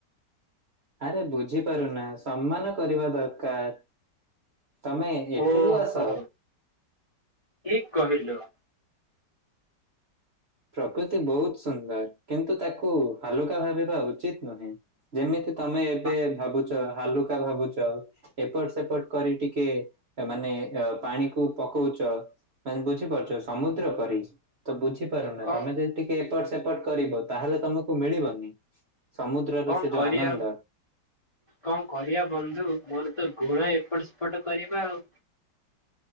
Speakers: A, on the right (about 50°); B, on the left (about 25°).
A: ଆରେ ବୁଝିପାରୁନା ସମ୍ମାନ କରିବା ଦରକାର। ତମେ ଏଠିକୁ
B: ଓହୋ
A: ଆସ।
B: ଠିକ କହିଲ।
A: ପ୍ରକୃତି ବହୁତ ସୁନ୍ଦର କିନ୍ତୁ ତାକୁ ହାଲୁକା ଭାବିବା ଉଚିତ ନୁହେଁ, ଯେମିତି ତମେ ଏବେ
B: ଆ
A: ଭାବୁଛ, ହାଲୁକା ଭାବୁଛ। ଏପଟ ସେପଟ କରି ଟିକେ ମାନେ ଅ ପାଣିକୁ ପକଉଛ। ମାନେ ବୁଝିପାରୁଛ ସମୁଦ୍ର ପରି, ତ ବୁଝି ବୁଝି ପାରୁନ,
B: କଣ
A: ତମେ ଯଦି ଟିକେ ଏପଟ ସେପଟ କରିବ ତାହେଲେ ତମକୁ ମିଳିବନି। ସମୁଦ୍ରର
B: କଣ
A: ସେ
B: କରିବା?
A: ଯୋଉ ଆନନ୍ଦ
B: କଣ କରିବା ବନ୍ଧୁ ମୋର ତ ଗୁଣ ଏପଟ ସେପଟ କରିବା ଆଉ।